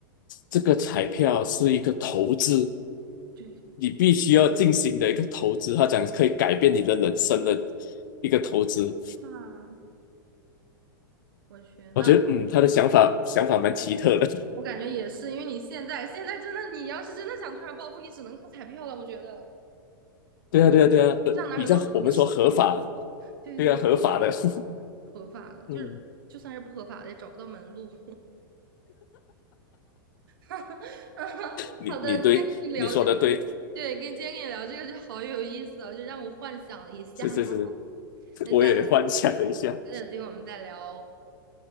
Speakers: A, on the left; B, on the right.
A: 这个彩票是一个投资，
B: 对
A: 你必须要进行的一个投资，他讲可以改变你的人生的一个投资。
B: 啊，我去，那。
A: 我觉得，嗯，他的想法想法蛮奇特的。
B: 我感觉也是，因为你现在现在真的，你要是真的想突然暴富，你只能靠彩票了。我觉得
A: <laughs> 对啊，对啊，对啊，呃，
B: 世上哪有那么好的事？
A: 比较我们说合法，
B: 对对，
A: 对啊，合法的。<laughs>
B: 合法的，
A: 嗯，
B: 就是就算是不合法的，也找不到门路。<laughs>
A: 你你对你说的对，
B: 好的，今天跟你聊这个，对，跟今天跟你聊这个就好有意思啊，就让我幻想了一下。
A: 是是是，
B: <laughs> 那下次，
A: 我也幻想了一下。
B: 对，下次有机会我们再聊哦